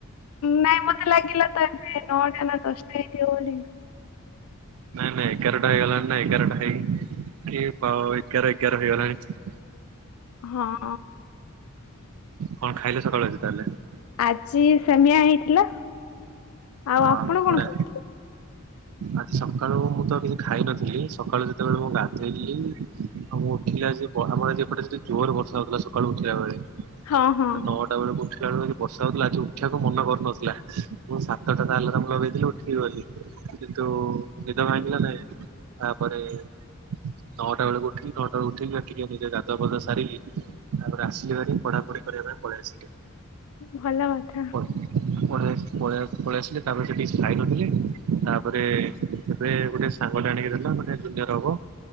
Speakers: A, on the left; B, on the right.
A: ନାଇଁ ମତେ ଲାଗିଲା ତ ଏ ନଅଟା ନା ଦଶଟା ହେଇଥିବ ବୋଲି।
B: ନା ଏଗାରଟା ହେଇଗଲାଣି ନା ଏଗାରଟା ହେଇ କି ଏଗାର ଏଗାର ହେଇଗଲାଣି
A: ହଁ
B: କଣ ଖାଇଲେ ସକାଳୁ ଆଜି ତାହା ହେଲେ।
A: ଆଜି ସେମିଆ ହେଇଥିଲା। ଆଉ
B: ୱା
A: ଆପଣ
B: ବଢିଆ।
A: କଣ ଖାଇଥିଲେ?
B: ଆଜି ସକାଳୁ ମୁଁ ତ କିଛି ଖାଇନଥିଲି ସକାଳୁ ଯେତେବେଳେ ମୁଁ ଗାଧେଇଲିି। ଆଉ ମୁଁ ଉଠିଲା ସିକି ଆମର ଆଜି ଏପଟେ ଜୋର୍ ରେ ବର୍ଷା ହଉଥିଲା ସକାଳୁ ଉଠିଲା ବେଳେ।
A: ହଁ ହଁ
B: ନଅଟା ବେଳକୁ ଉଠିଲା ବେଳକୁ ଆ ଯଉ ବର୍ଷା ହଉଥିଲା ଆଜି ଉଠିବାକୁ ମନ କରୁନଥିଲା ମୁଁ ତଟା କୁ ଆଲାରାମ ଲଗେଇଥିଲି ଉଠିବି ବୋଲି କିନ୍ତୁ ନିଦ ଭାଙ୍ଗିଲା ନାଇଁ। ତାପରେ ନଅଟା ବେଳକୁ ଉଠିକି ନଅଟା ବେଳେ ଉଠିକି ଟିକେ ନିଜେ ଗାଧୁଆ ପାଧୂଆ ସାରିକି ତାପରେ ଆସିଲି ହାରି ପଢାପଢି କରିବା ପାଇଁ ପଳେଇ ଆସିଲି।
A: ଭଲ କଥା।
B: ପଳେଇ ପଳେଇ ଆସିଲି ତାପରେ ସେଠି କିଛି ଖାଇ ନଥିଲି ତାପରେ ଏବେ ଗୋଟେ ସାଙ୍ଗ ଟା ଆଣିକି ଦେଲା ମାନେ ଗୋଟେ ଜୁନିୟର ହବ।